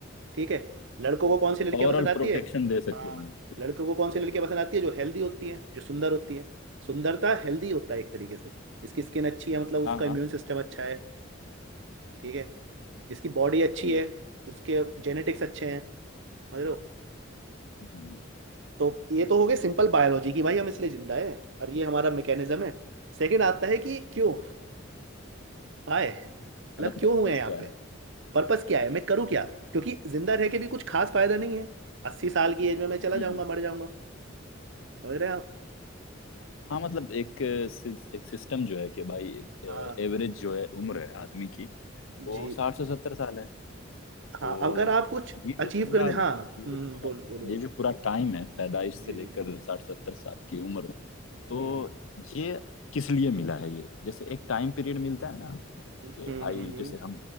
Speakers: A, on the right; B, on the left.
A: ठीक है लड़कों को कौन सी लड़कियां
B: ओवरऑल
A: पसंद आती
B: प्रोटेक्शन
A: है
B: दे सकते
A: हाँ
B: हैं
A: लड़कों को कौन सी लड़कियां पसंद आती है जो हेल्दी होती हैं जो सुंदर होती हैं सुंदरता हेल्दी होता है एक तरीके से इसकी स्किन अच्छी है मतलब उसका
B: हाँ हाँ
A: इम्यून सिस्टम अच्छा है ठीक है जिसकी बॉडी अच्छी
B: ये
A: है उसके जेनेटिक्स अच्छे हैं समझ लो
B: हम्म,
A: तो ये तो हो गए सिंपल बायोलॉजी की भाई हम इसलिए जिंदा है और ये हमारा मैकेनिज्म है सेकंड आता है कि क्यों हाय मतलब
B: मतलब
A: क्यों
B: पर्पस
A: हुए हैं यहाँ
B: क्या
A: पे
B: है
A: पर्पस क्या है मैं करूँ क्या क्योंकि जिंदा रह के भी कुछ खास फायदा नहीं है अस्सी साल की एज में मैं चला
B: हम्म,
A: जाऊंगा मर जाऊंगा समझ रहे हैं आप
B: हाँ मतलब एक सिस- एक सिस्टम जो है कि भाई एवरेज
A: हाँ
B: जो है उम्र है आदमी की वो
A: जी
B: साठ से सत्तर साल है तो
A: हाँ अगर आप कुछ
B: ये
A: अचीव
B: जो पूरा
A: करने हाँ हम्म
B: ये जो
A: हम्म,
B: पूरा
A: बोलो बोलो बोलो
B: ये जो पूरा टाइम है पैदाइश से
A: जी
B: लेकर
A: जी
B: साठ सत्तर साल की उम्र तो
A: हम्म
B: ये किस लिए मिला है ये जैसे एक टाइम पीरियड मिलता है ना
A: हम्म
B: कि भाई
A: हम्म
B: जैसे हम